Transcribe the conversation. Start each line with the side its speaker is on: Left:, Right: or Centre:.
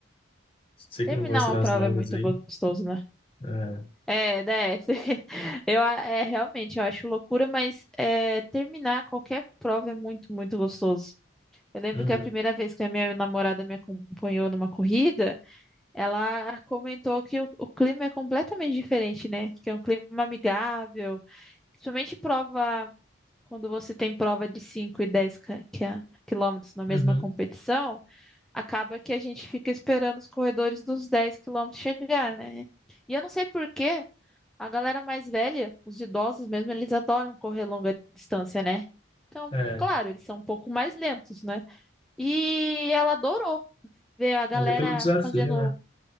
Left: Sei
Centre: terminar
Left: que não gosta
Centre: uma
Left: das
Centre: prova
Left: longas
Centre: é muito
Left: aí.
Centre: gostoso, né?
Left: É,
Centre: É, né? <laughs> Eu, a- é, realmente, eu acho loucura, mas é, terminar qualquer prova é muito, muito gostoso. Eu lembro
Left: uhum,
Centre: que a primeira vez que a minha namorada me acompanhou numa corrida, ela comentou que o, o clima é completamente diferente, né? Que é um clima amigável, principalmente prova, quando você tem prova de 5 e 10 ca- que a- quilômetros na mesma
Left: uhum,
Centre: competição, acaba que a gente fica esperando os corredores dos 10 quilômetros chegar, né? E eu não sei porquê. A galera mais velha, os idosos mesmo, eles adoram correr longa distância, né? Então,
Left: é,
Centre: claro, eles são um pouco mais lentos, né? E ela adorou ver a galera
Left: mas é pelo desafio,
Centre: fazendo.
Left: né?